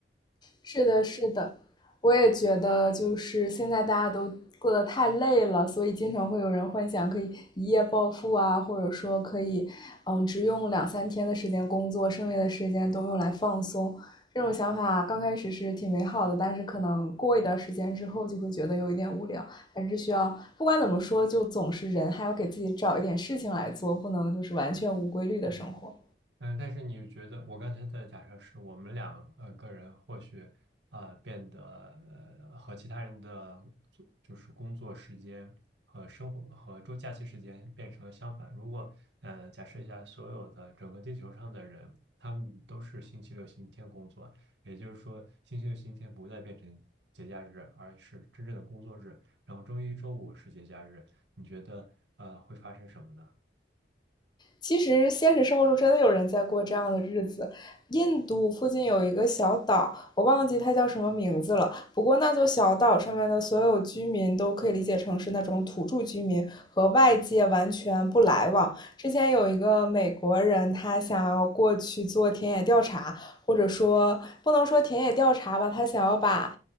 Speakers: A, on the left; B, on the right.
A: 是的，是的，我也觉得，就是现在大家都过得太累了，所以经常会有人幻想可以一夜暴富啊，或者说可以，嗯，只用两三天的时间工作，剩下的时间都用来放松。这种想法刚开始是挺美好的，但是可能过一段时间之后就会觉得有一点无聊，还是需要，不管怎么说，就总是人还要给自己找一点事情来做，不能就是完全无规律的生活。
B: 嗯。嗯，但是你觉得我刚才的假设是我们两呃个人或许啊变得呃和其他人的做就是工作时间和生活和周假期时间变成了相反。如果呃假设一下，所有的整个地球上的人，他们都是星期六、星期天工作，也就是说星期六、星期天不再变成节假日，而是真正的工作日，然后周一、周五是节假日，你觉得呃会发生什么呢？
A: 其实现实生活中真的有人在过这样的日子。印度附近有一个小岛，我忘记它叫什么名字了。不过那座小岛上面的所有居民都可以理解成是那种土著居民，和外界完全不来往。之前有一个美国人，他想要过去做田野调查，或者说不能说田野调查吧，他想要把